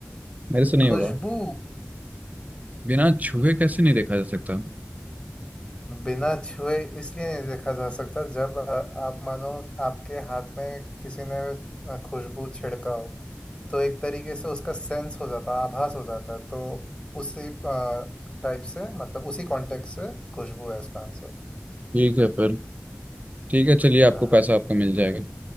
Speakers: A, on the right (about 35°); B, on the left (about 25°).
A: मेरे से नहीं
B: खुशबू
A: होगा बिना छुए कैसे नहीं देखा जा सकता
B: बिना छुए इसलिए नहीं देखा जा सकता जब अ, आप मानो आपके हाथ में किसी ने अ, खुशबू छिड़का हो तो एक तरीके से उसका सेंस हो जाता है आभास हो जाता है तो उसी टाइप से मतलब उसी कॉन्टेक्स्ट से खुशबू है इसका आंसर
A: ठीक है फिर ठीक है चलिए आपको
B: हाँ
A: पैसा आपका मिल जाएगा